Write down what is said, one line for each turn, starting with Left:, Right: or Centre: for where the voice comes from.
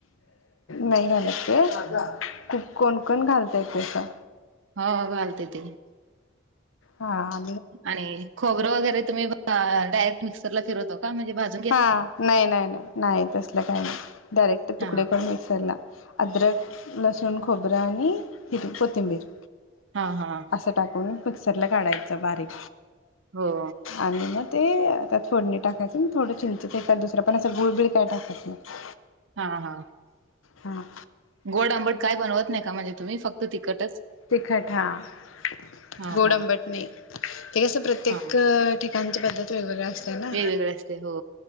Left: नाही घालत ते. खूप कोण-कोण घालतंय ते तसं
Right: हो, घालते ते.
Left: हा-हा.
Right: आणि खोबरं वगैरे तुम्ही अ डायरेक्ट मिक्सरला फिरतो का? म्हणजे भाज
Left: हां नाही नाही नाही नाही तसलं काही नाही. डायरेक्ट
Right: हा
Left: तुकडे करून मिक्सरला अद्रक, लसूण, खोबरं, आणि हिरवी कोथिंबीर.
Right: हां हां.
Left: असं टाकून मिक्सरला काढायचं बारीक.
Right: हो.
Left: आणि मग ते त्यात फोडणी टाकायचं थोडं चिंचेच एखाद दुसरं, पण असं गुळबिळ काय टाकायचं नाही.
Right: हां हां.
Left: हां.
Right: गोड, आंबट काय बनवत नाही का म्हणजे तुम्ही फक्त तिखटच?
Left: तिखटं हां
Right: हा
Left: गोड
Right: हा
Left: आंबट नाही, ते कसं प्रत्येक-
Right: हा
Left: ठिकाणची पध्दत वेगवेगळी असते ना!
Right: वेगवेगळे असते हो